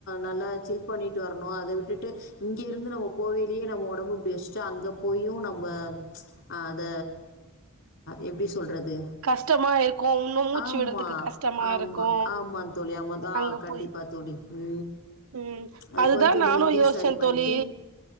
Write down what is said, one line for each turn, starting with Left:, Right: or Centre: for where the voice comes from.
Left: நல்லா சில் பண்ணிட்டு வரணும் அதை விட்டுட்டு இங்கேருந்து நம்ம போகையிலயே நம்ம உடம்பு இப்படி வச் ச்சு அங்க போயும் நம்ம ச்சு அத எப்படி சொல்றது
Right: கஷ்டமா இருக்கு இன்னு மூச்சு
Left: ஆமா
Right: விடுறதுக்கு கஷ்டமா
Left: ஆமா
Right: இருக்கு
Left: ஆமா தோழி ஆமா ஆ
Right: அங்க
Left: கண்டிப்பா
Right: போய்
Left: தோழி உ
Right: ம்
Left: ச்சு
Right: அதுதா
Left: கொஞ்சோ நீங்க
Right: நானு
Left: எங்கய
Right: யோசிச்சே
Left: சரி பண்ணட்டு
Right: தோழி